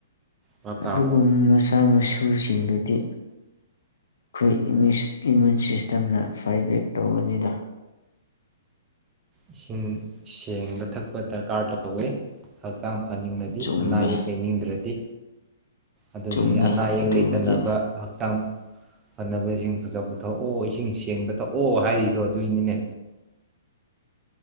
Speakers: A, on the right; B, on the left.
A: ꯚꯥꯞ
B: ꯑꯗꯨꯒꯨꯝ
A: ꯇꯥꯔꯕꯣ
B: ꯃꯁꯥ ꯃꯁꯨꯁꯤꯡꯗꯨꯗꯤ ꯑꯩꯈꯣꯏ ꯏꯃꯨꯁ ꯏꯃꯨꯟ ꯁꯤꯁꯇꯦꯝꯅ ꯐꯥꯏꯕꯦꯛ ꯇꯧꯒꯅꯤꯗ
A: ꯏꯁꯤꯡ ꯁꯦꯡꯕ ꯊꯛꯄ ꯗꯔꯀꯥꯔ ꯇ ꯇꯧꯋꯦ ꯍꯛꯆꯥꯡ ꯐꯅꯤꯡꯂꯗꯤ
B: ꯆꯨꯝꯃꯦ
A: ꯑꯅꯥ ꯑꯌꯦꯛ ꯂꯩꯩꯅꯤꯡꯗ꯭ꯔꯗꯤ꯫ ꯑꯗꯨꯒꯤ
B: ꯆꯨꯝꯃꯦ
A: ꯑꯅꯥ ꯑꯌꯦꯛ
B: ꯑꯗꯨꯕꯨꯗꯤ
A: ꯂꯩꯇꯅꯕ ꯍꯛꯆꯥꯡ ꯐꯅꯕ ꯏꯁꯤꯡ ꯐꯖ ꯕꯊꯣꯛꯑꯣ ꯏꯁꯤꯡ ꯁꯦꯡꯕ ꯊꯛꯑꯣ ꯍꯥꯏꯔꯤꯗꯣ ꯑꯗꯨꯏꯅꯤꯅꯦ